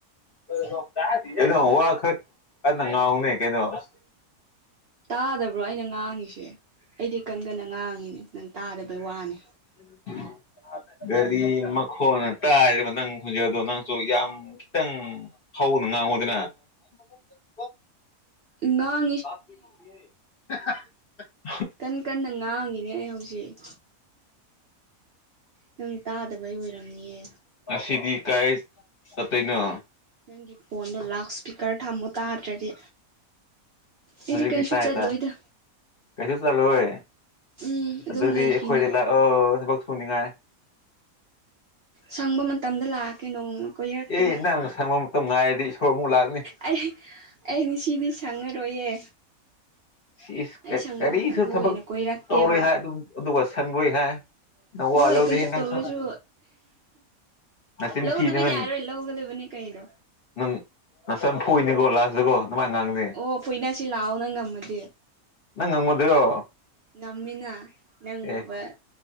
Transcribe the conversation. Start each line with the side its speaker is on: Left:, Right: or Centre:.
Left: <unintelligible> ꯀꯩꯅꯣ ꯋꯥ ꯈꯛ ꯀꯟꯅ ꯉꯥꯎꯅꯦ ꯀꯩꯅꯣ <inaudible>
Right: ꯇꯥꯗꯕ꯭ꯔꯣ ꯑꯩꯅ ꯉꯥꯡꯉꯤꯁꯦ ꯑꯩꯗꯤ ꯀꯟ ꯀꯟꯅ ꯉꯥꯡꯉꯤꯅꯦ ꯅꯪ ꯇꯥꯗꯕꯩ ꯋꯥꯅꯦ
Left: <unintelligible> ꯒꯥꯔꯤ ꯃꯈꯣꯅ ꯇꯥꯏꯔꯤꯕ ꯅꯪ ꯈꯣꯟꯖꯦꯜꯗꯣ ꯅꯪꯁꯨ ꯌꯥꯝ ꯈꯤꯇꯪ ꯍꯧꯅ ꯉꯥꯡꯉꯨꯗꯅ <inaudible>
Right: ꯉꯥꯡ
Left: <unintelligible>
Right: ꯀꯟ ꯀꯟꯅ ꯉꯥꯡꯉꯤꯅꯦ ꯑꯩ ꯍꯧꯖꯤꯛ ꯅꯪ ꯇꯥꯗꯕꯩ ꯑꯣꯏꯔꯝꯅꯤꯌꯦ
Left: ꯉꯁꯤꯗꯤ ꯀꯥꯏ ꯆꯠꯇꫭꯏꯅꯣ
Right: ꯅꯪꯒꯤ ꯐꯣꯟꯗꯣ ꯂꯥꯎꯠ ꯏꯁꯄꯤꯀꯔ ꯊꯝꯃꯨ ꯇꯥꯗ꯭ꯔꯗꯤ ꯑꯩꯗꯤ
Left: ꯍꯧꯖꯤꯛꯇꯤ
Right: ꯀꯩꯁꯨ
Left: ꯇꯥꯏ
Right: ꯆꯠꯂꯣꯏꯗ
Left: ꯇꯥꯏ ꯀꯩꯁꯨ ꯆꯠꯂꯣꯏ
Right: ꯎꯝ
Left: ꯑꯗꯨꯗꯤ
Right: ꯑꯗꯨꯝ ꯂꯩꯈꯤꯅꯦ
Left: ꯑꯩꯈꯣꯏꯗ ꯂꯥꯛ ꯑꯣ ꯊꯕꯛ ꯁꯨꯅꯤꯉꯥꯏ
Right: ꯁꯪꯕ ꯃꯇꯝꯗ ꯂꯥꯛꯀꯦ ꯅꯣꯡꯃ ꯀꯣꯏꯔꯛꯀꯦ
Left: ꯑꯦ ꯅꯪꯅ ꯁꯪꯕ ꯃꯇꯝ ꯉꯥꯏꯔꯗꯤ ꯏꯁꯣꯔ ꯑꯃꯨꯛ ꯂꯥꯛꯅꯤ
Right: ꯑꯩ ꯑꯩ ꯉꯁꯤꯗꯤ ꯁꯪꯉꯔꯣꯏꯌꯦ
Left: ꯁꯤꯁ
Right: ꯑꯩ ꯁꯪꯕ
Left: ꯀꯔꯤꯁꯨ
Right: ꯃꯇꯝꯗ
Left: ꯊꯕꯛ
Right: ꯑꯣꯏꯅ ꯀꯣꯏꯔꯛꯀꯦꯕ
Left: ꯇꯧꯔꯣꯏ ꯍꯥꯏ ꯑꯗꯨꯒ ꯁꯪꯔꯣꯏ ꯍꯥꯏ ꯅꯪ ꯋꯥ
Right: ꯍꯣꯏ
Left: ꯂꯧꯗꯦꯍꯦ
Right: ꯀꯩꯁꯨ
Left: ꯅꯪ
Right: ꯇꯧꯔꯣꯏꯁꯨ
Left: ꯁꯝ ꯅꯆꯤꯟ
Right: ꯂꯧꯗꯕ
Left: ꯊꯤꯅꯕ
Right: ꯌꯥꯏꯔꯣꯏ ꯂꯧꯒꯗꯕꯅꯦ ꯀꯩꯅꯣ
Left: ꯅꯪ ꯅꯁꯔ ꯐꯣꯏꯅꯤꯀꯣ ꯂꯥꯛꯁꯤꯗꯒꯣ ꯅꯨꯡꯃꯥꯏꯅ ꯉꯥꯡꯅꯦ
Right: ꯑꯣ ꯐꯣꯏꯅꯁꯤ ꯂꯥꯛꯑꯣ ꯅꯪ ꯉꯝꯃꯗꯤ
Left: ꯅꯪ ꯉꯝꯃꯗꯔꯣ
Right: ꯉꯝꯃꯤꯅ ꯅꯪꯒꯨꯝꯕ
Left: ꯑꯦ